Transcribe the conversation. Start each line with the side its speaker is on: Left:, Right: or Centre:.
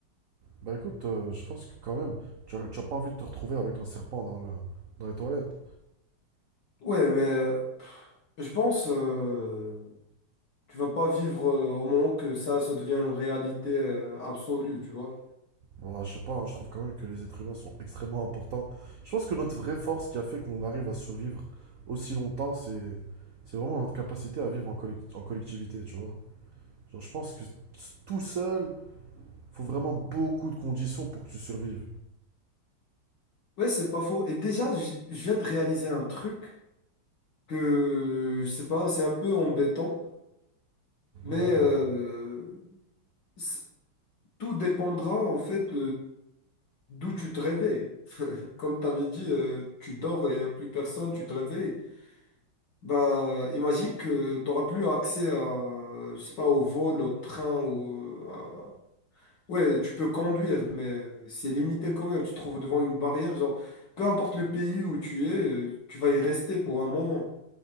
Right: Bah écoute, euh, je pense que quand même, tu as tu as pas envie de te retrouver avec un serpent dans le, dans les toilettes.
Left: Ouais, mais pff, je pense euh, tu vas pas vivre euh, au moment que ça, ça devient une réalité euh, absolue, tu vois.
Right: Ouais, je sais pas, hein, je trouve quand même que les êtres humains sont extrêmement importants. Je pense que notre vraie force qui a fait qu'on arrive à survivre aussi longtemps, c'est c'est vraiment notre capacité à vivre en, collec- en collectivité, tu vois. Genre, je pense que t- tout seul, faut vraiment beaucoup de conditions pour que tu survives.
Left: Ouais, c'est pas faux. Et déjà, j- je viens de réaliser un truc que, je sais pas, c'est un peu embêtant, mais
Right: Ouais.
Left: euh, c- tout dépendra, en fait, D'où tu te réveilles. <laughs> Comme tu avais dit, euh, tu dors et il n'y a plus personne, tu te réveilles. Bah, imagine que tu n'auras plus accès à, je sais pas, au vol, au train ou euh, à- Ouais, tu peux conduire, mais c'est limité quand même. Tu te trouves devant une barrière, genre, peu importe le pays où tu es, euh, tu vas y rester pour un moment.